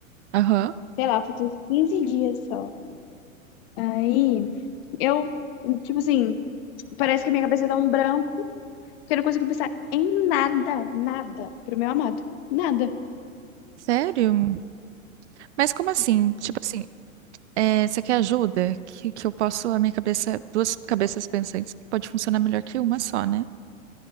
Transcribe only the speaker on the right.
aham,
sério? Mas como assim? Tipo assim, é, você quer ajuda? Que, que eu posso, a minha cabeça, duas cabeças pensantes pode funcionar melhor que uma só, né?